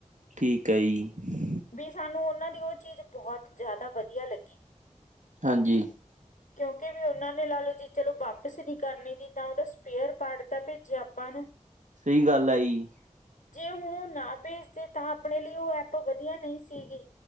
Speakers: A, on the right; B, on the left.
A: ਠੀਕ ਹੈ ਜੀ।
B: ਵੀ ਸਾਨੂੰ ਉਹਨਾਂ ਦੀ ਉਹ ਚੀਜ਼ ਬਹੁਤ ਜ਼ਿਆਦਾ ਵਧੀਆ ਲੱਗੀ।
A: ਹਾਂਜੀ।
B: ਕਿਉਂਕਿ ਵੀ ਉਹਨਾਂ ਨੇ ਲਾ ਲਓ ਜੀ। ਚਲੋ ਵਾਪਿਸ ਨਹੀਂ ਕਰਨੀ ਸੀ ਤਾਂ ਉਹਦਾ ਸਪੇਅਰ ਪਾਰਟ ਤਾਂ ਭੇਜਿਆ ਆਪਾਂ ਨੂੰ।
A: ਸਹੀ ਗੱਲ ਆ ਜਹੀ।
B: ਜੇ ਹੁਣ ਉਹ ਨਾ ਭੇਜਦੇ ਤਾਂ ਆਪਣੇ ਲਈ ਉਹ ਐਪ ਵਧੀਆ ਨਹੀਂ ਸੀਗੀ।